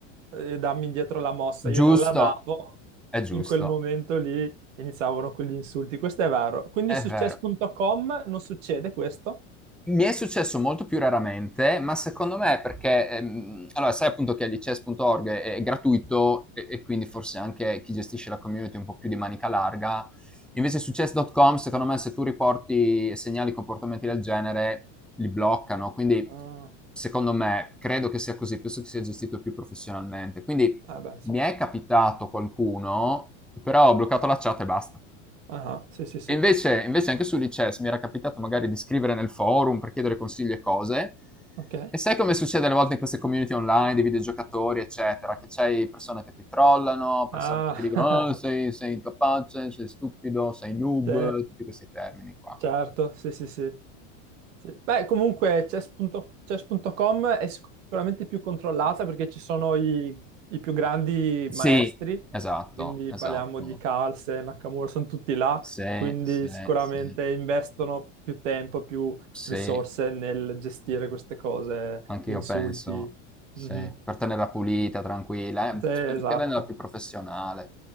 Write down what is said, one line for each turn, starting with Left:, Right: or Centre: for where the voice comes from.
Right: eh, dammi indietro la mossa,
Centre: Giusto,
Right: io non la davo,
Centre: è giusto,
Right: in quel momento lì iniziavano con gli insulti, questo è vero. Quindi
Centre: è
Right: su
Centre: vero.
Right: chess.com non succede questo?
Centre: Mi è successo molto più raramente, ma secondo
Right: Sì.
Centre: me è perché, ehm, allora sai appunto che lichess.org è, è gratuito e, e quindi forse anche chi gestisce la community è un po' più di manica larga. Invece su chess.com, secondo me, se tu riporti segnali comportamenti del genere, li bloccano. Quindi,
Right: Ah,
Centre: secondo me, credo che sia così, penso che sia gestito più professionalmente. Quindi
Right: ah, beh, sì.
Centre: mi è capitato qualcuno, però ho bloccato la chat e basta.
Right: Ah, sì, sì, sì,
Centre: E invece, invece anche su Lichess mi era capitato magari di scrivere nel forum per chiedere consigli e cose.
Right: ok.
Centre: E sai come succede alle volte in queste community online di videogiocatori, eccetera, che c'hai persone che ti trollano, persone
Right: Ah,
Centre: che ti dicono "Oh, sei,
Right: <laughs>
Centre: sei incapace, sei stupido, sei noob",
Right: sì,
Centre: tutti questi termini qua.
Right: certo, sì, sì, sì. Sì. Beh, comunque chess.com chess.com è sicuramente più controllata perché ci sono i, i più grandi
Centre: Sì,
Right: maestri,
Centre: esatto,
Right: quindi
Centre: esatto.
Right: parliamo di Carlsen, Nakamura, sono tutti là,
Centre: Sì,
Right: quindi
Centre: sì,
Right: sicuramente
Centre: sì,
Right: investono più tempo, più
Centre: sì.
Right: risorse nel gestire queste cose,
Centre: Anche
Right: gli
Centre: io
Right: insulti.
Centre: penso, se-
Right: Mhm.
Centre: per tenerla pulita, tranquilla, eh,
Right: Sì, esatto.
Centre: spero che renderla più professionale.